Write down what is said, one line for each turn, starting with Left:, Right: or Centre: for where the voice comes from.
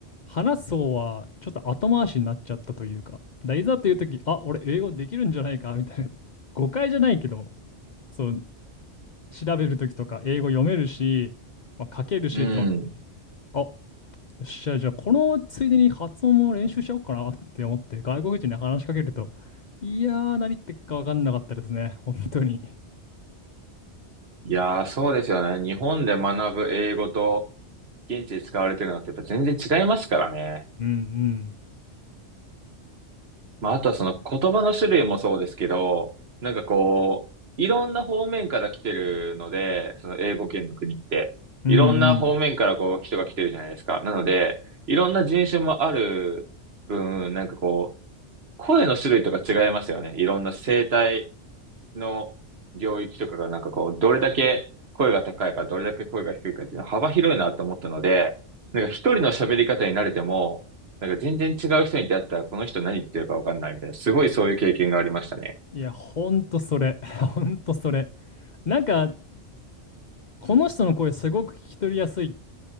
Left: 話す方はちょっと後回しになっちゃったというか、だいざというとき、あ、俺英語できるんじゃないかみたいな、誤解じゃないけど、そう、調べるときとか英語読めるし、まあ、書けるしって思って、
Right: い。うん。
Left: あ、よっしゃ、じゃあこのついでに発音も練習しようかなって思って、外国人に話しかけると、いやー、何言ってっか分かんなかったですね、本当に。
Right: いやー、そうですよね。日本で学ぶ英語と現地で使われてるのってやっぱ全然違いますからね。
Left: うんうん。
Right: まあ、あとはその言葉の種類もそうですけど、なんかこう、いろんな方面から来てるので、その英語圏の国って。
Left: うんうん。
Right: いろんな方面からこう人が来てるじゃないですか。なので、いろんな人種もある分、なんかこう、声の種類とか違いましたよね。いろんな声帯の領域とかがなんかこう、どれだけ声が高いか、どれだけ声が低いかっていうのは幅広いなと思ったので、なんか一人の喋り方に慣れても、なんか全然違う人に出会ったらこの人何言ってるかわかんないみたいな、すごいそういう経験がありましたね。
Left: いや、ほんとそれ。<laughs> ほんとそれ。なんか、この人の声すごく聞き取りやすい。